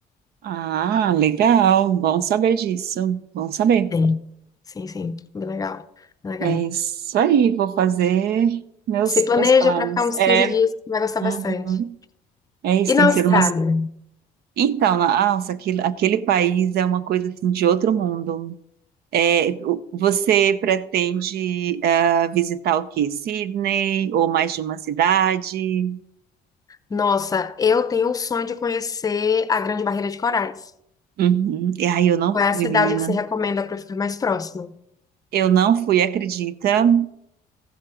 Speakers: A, on the right (about 70°); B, on the left (about 20°).
A: Ah, legal. Bom saber disso. Bom saber.
B: Sim, sim, sim. Bem legal, bem legal.
A: É isso aí, vou fazer meus,
B: Se planeja
A: meus planos.
B: para ficar uns
A: É,
B: 15 dias, você vai gostar
A: uhum.
B: bastante.
A: É isso,
B: E na
A: tem que
B: Austrália?
A: ser uma. Então, nossa, aquele, aquele país é uma coisa assim de outro mundo. É, o- você pretende ah, visitar o quê? Sydney ou mais de uma cidade?
B: Nossa, eu tenho o sonho de conhecer a Grande Barreira de Corais.
A: Uhum. E aí eu não
B: Qual
A: fui,
B: é a cidade
A: menina.
B: que você recomenda para ficar mais próximo?
A: Eu não fui, acredita?